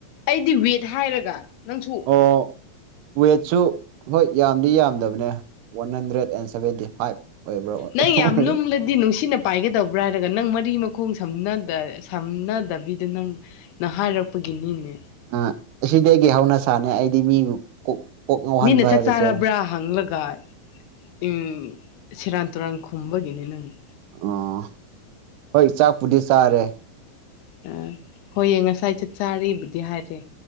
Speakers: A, on the left; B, on the right.
A: ꯑꯩꯗꯤ ꯋꯦꯠ ꯍꯥꯏꯔꯒ ꯅꯪꯁꯨ
B: ꯑꯣꯏꯋꯁꯨꯨ ꯍꯣꯏ ꯌꯥꯝꯗꯤ ꯌꯥꯝꯗꯕꯅꯦ one hundred and seventy five ꯑꯣꯏꯕ꯭ꯔꯥ
A: ꯅ
B: ꯀꯩꯅꯣ
A: ꯌꯥꯝꯅ
B: ꯑꯣꯏ
A: ꯈꯜꯂꯗꯤ ꯅꯨꯡꯁꯤꯅ ꯄꯥꯏꯒꯗꯧꯕ꯭ꯔꯥ ꯍꯥꯏꯔꯒ ꯅꯪ ꯃꯔꯤ ꯃꯈꯣꯡ ꯁꯝꯅ ꯁꯝꯅꯗꯕꯤꯗ ꯅꯪ ꯅꯍ ꯍꯥꯏꯔꯛꯄꯒꯤꯅꯤꯅꯦ
B: ꯑꯥ ꯑꯁꯤꯗꯤ ꯑꯩꯒꯤ ꯍꯧꯅꯁꯥꯅꯦ ꯑꯩꯗꯤ ꯃꯤꯕꯨ ꯀꯣꯛ ꯀꯣꯛ ꯉꯥꯎꯍꯟꯕ
A: ꯃꯤꯅ ꯆꯥꯛ
B: ꯍꯥꯏꯕꯁꯦ
A: ꯆꯥꯔꯕ꯭ꯔꯥ ꯍꯪꯂꯒ ꯎ ꯁꯦꯔꯥꯟ ꯇꯨꯔꯥꯟ ꯈꯨꯝꯕꯒꯤꯅꯤ ꯅꯪꯅ
B: ꯑꯣ ꯍꯣꯏ ꯆꯥꯛꯄꯨꯗꯤ ꯆꯥꯔꯦ
A: ꯑ ꯍꯣꯏꯌꯦꯡ ꯉꯁꯥꯏ ꯆꯠ ꯆꯥꯔꯤꯕꯕꯨꯗꯤ ꯍꯥꯏꯔꯦ